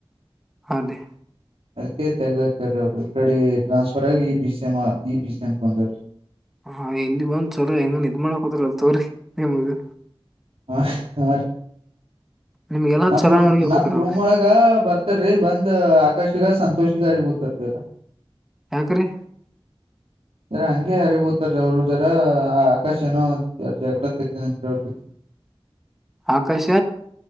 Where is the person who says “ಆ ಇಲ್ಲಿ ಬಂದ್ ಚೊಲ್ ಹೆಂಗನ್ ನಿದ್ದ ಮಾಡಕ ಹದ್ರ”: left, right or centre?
Centre